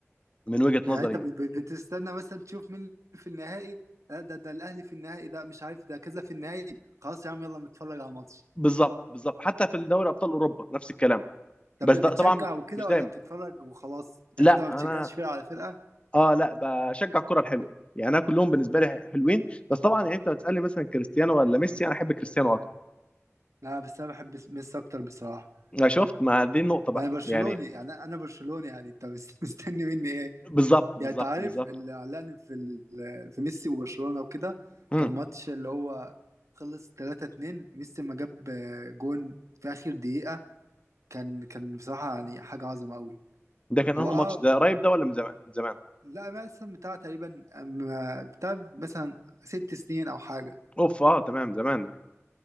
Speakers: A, on the left; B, on the right.
A: من وجهه
B: يعني
A: نظري
B: انت بت-
A: يعني
B: بت- بتستنى مثلا تشوف مين في النهائي آه، ده ده الاهلي في النهائي ده مش عارف ده كذا في النهائي خلاص يا عم يلا نتفرج على ماتش
A: بالظبط بالظبط حتى في الدوري ابطال اوروبا نفس الكلام
B: طب
A: بس
B: بتشجع
A: ده طبعا
B: وكده
A: مش دايما
B: ولا بتتفرج وخلاص يعني
A: لا
B: انت ما بتشجعش
A: انا
B: فرقه على فرقه
A: اه لا بشجع الكره الحلوه يعني انا كلهم بالنسبه لي حلوين بس طبعا يعني انت بتسالني مثلا كريستيانو ولا ميسي انا احب كريستيانو اكتر
B: لا بس انا بحب ميسي اكتر بصراحه
A: أنا شفت ما دي النقطه بقى
B: ما انا برشلوني
A: يعني
B: يعني انا برشلوني يعني انت مس- <laughs> مستني مني ايه
A: بالظبط بالظبط
B: يعني انت عارف
A: بالظبط
B: اللي علقني في ال- <laughs> في ميسي وبرشلونه وكده
A: امم
B: كان ماتش اللي هو خلص 3-2 ميسي ما جاب آه، جون في اخر دقيقه كان كان بصراحه يعني حاجه عظمه قوي
A: ده كان
B: هو
A: انه
B: اه
A: ماتش ده قريب ده ولا من زمان من زمان
B: لا مثلا بتاع تقريبا أم- بتاع مثلا ست سنين او حاجه
A: اوف اه تمام زمان يعني